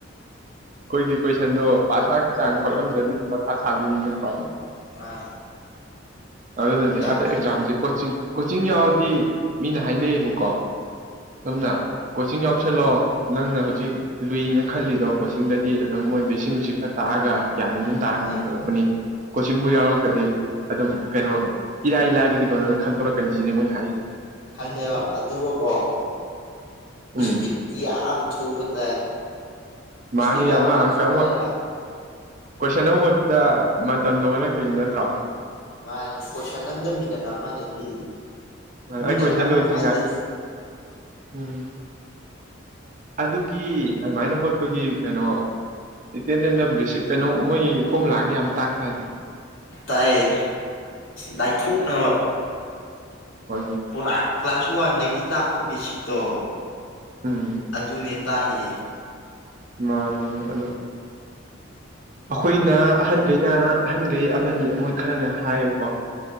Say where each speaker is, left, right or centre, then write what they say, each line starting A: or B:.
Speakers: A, on the right; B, on the left.
A: ꯑꯩꯈꯣꯏꯒꯤ ꯀꯣꯏꯁꯟꯗꯣ ꯄꯥꯁ ꯄꯔꯀꯤ ꯆꯥꯡ ꯈꯣꯠꯂꯝꯗ꯭ꯔꯗꯤ ꯑꯗꯨꯝ ꯃꯊꯥ ꯁꯥꯕꯤꯅꯤꯅ ꯄꯥꯎ
B: ꯑꯥ
A: ꯑꯗꯨꯅꯗꯤ ꯑꯗ
B: ꯈꯣꯠꯄꯁꯦ
A: ꯑꯦꯛꯖꯥꯝꯁꯦ ꯀꯣꯆꯤꯡ ꯀꯣꯆꯤꯡ ꯌꯥꯎꯔꯗꯤ ꯃꯤꯅ ꯍꯥꯏꯅꯩꯌꯦꯕꯀꯣ ꯁꯣꯝꯅ ꯀꯣꯆꯤꯡ ꯌꯥꯎꯁꯜꯂꯛꯣ ꯅꯪꯅ ꯍꯧꯖꯤꯛ ꯂꯨꯏꯅ ꯈꯜꯂꯤꯗꯣ ꯀꯣꯆꯤꯡꯗꯗꯤ ꯑꯗꯨꯝ ꯃꯣꯏꯗꯣ ꯏꯁꯤꯡ ꯅꯨꯡꯁꯤꯠ ꯈꯔ ꯇꯥꯛꯑꯒ ꯀꯌꯥꯅꯣ ꯑꯗꯨꯝ ꯇꯥꯔꯛꯄꯅꯤ
B: ꯃꯥꯅꯦ
A: ꯈꯣꯠꯂꯛꯄꯅꯤ ꯀꯣꯆꯤꯡꯕꯨ ꯌꯥꯎꯔꯛꯀꯗꯤ ꯑꯗꯨꯝ ꯀꯩꯅꯣ ꯏꯔꯥꯏ ꯂꯥꯏꯕꯒꯤꯗꯣꯅ ꯑꯗꯨꯝ ꯈꯟꯗꯣꯔꯛꯀꯅꯤ ꯁꯤꯅꯤ ꯃꯣꯏꯅ ꯍꯥꯏꯖ
B: ꯈꯜꯂꯦꯕ ꯑꯗꯨꯒꯀꯣ ꯏꯁꯄꯤꯠꯤ
A: ꯎꯝ
B: ꯌꯥꯝ ꯊꯨꯕ ꯇꯥꯏ
A: ꯃꯥꯅꯤꯅꯦ
B: ꯏꯁꯄꯤꯠ ꯌꯥꯎꯗꯁꯨ
A: ꯑꯃ ꯑꯪꯀ
B: ꯁꯨꯡꯉ
A: ꯑꯃ
B: ꯌꯥꯔꯦ
A: ꯀꯣꯏꯁꯟ ꯑꯃ ꯍꯣꯠꯄꯗ ꯃꯇꯝꯗꯣ ꯍꯣꯜꯂꯛꯇꯣꯏꯅꯤ ꯅꯠꯇ꯭ꯔꯣ
B: ꯃꯥꯅꯦ ꯀꯣꯏꯁꯟ ꯑꯝꯗ ꯃꯤꯅꯠ ꯑꯃꯅꯦ ꯄꯤ ꯃꯤꯅꯠ
A: ꯑꯩ ꯀꯣꯏꯁꯟ
B: ꯑꯃ
A: ꯂꯣꯏꯗ꯭ꯔꯤꯉꯥꯏ
B: ꯐꯥꯗꯦ
A: ꯎꯝ ꯑꯗꯨꯒꯤ ꯑꯗꯨꯃꯥꯏꯅ ꯍꯣꯠꯄꯒꯤ ꯀꯩꯅꯣ ꯏꯇꯦꯟ ꯇꯦꯟꯗ ꯕꯦꯁꯤꯛ ꯀꯩꯅꯣ ꯃꯣꯏꯒꯤ ꯐꯣꯝ ꯂꯥꯛꯑꯒ ꯌꯥꯝ ꯇꯥꯛꯇꯥꯏꯅꯦ
B: ꯇꯥꯏꯌꯦ ꯂꯥꯏꯊꯣꯛꯅꯕ
A: ꯍ
B: ꯄꯨꯔꯥ ꯀ꯭ꯂꯥꯁ ꯋꯥꯟꯗꯒꯤ ꯇꯥꯛꯄꯣ ꯕꯦꯁꯤꯛꯇꯣ
A: ꯎꯝ
B: ꯑꯗꯨꯅꯦ ꯇꯥꯛꯏ
A: ꯃꯥꯅꯤ ꯑꯗꯣ ꯑꯩꯈꯣꯏꯅ ꯑꯍꯟꯒꯩꯅ ꯑꯍꯟꯒꯩ ꯑꯃꯅꯤ ꯃꯣꯏ ꯈꯔꯅ ꯍꯥꯏꯌꯦꯕꯀꯣ